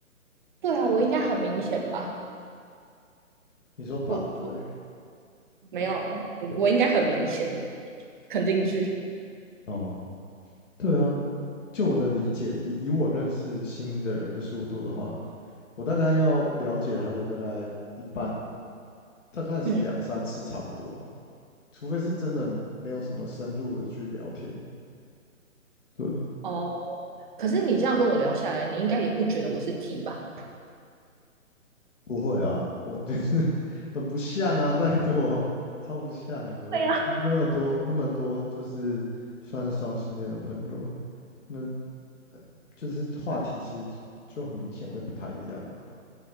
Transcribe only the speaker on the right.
对啊，我应该很明显吧？
我我没有啊，我我应该很明显，肯定句。
嗯，
哦，可是你这样跟我聊下来，你应该也不觉得我是 T 吧？
对呀，